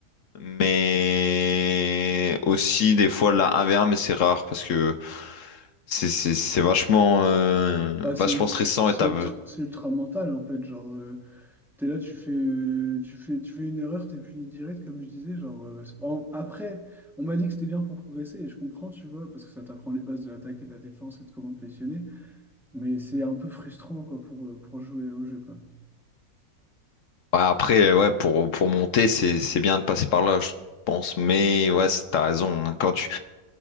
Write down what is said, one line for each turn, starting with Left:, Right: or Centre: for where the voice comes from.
Left: mais aussi des fois la 1v1, mais c'est rare parce que c'est c'est- c'est vachement, euh,
Centre: Bah, c'est
Left: vachement
Centre: ult-
Left: stressant
Centre: c'est
Left: et t'as-
Centre: ultra, c'est ultra mental, en fait. Genre, euh, t'es là, tu fais, euh, tu fais, tu fais une erreur, t'es puni direct, comme je disais. Genre, euh, c'est- en- après, on m'a dit que c'était bien pour progresser, et je comprends, tu vois, parce que ça t'apprend les bases de l'attaque et de la défense et de comment te positionner, mais c'est un peu frustrant, quoi, pour, euh, pour jouer au jeu, quoi.
Left: Ouais, après, ouais, pour, pour monter, c'est c'est bien de passer par là, je pense. Mais ouais, c'est- t'as raison. hein. Quand tu,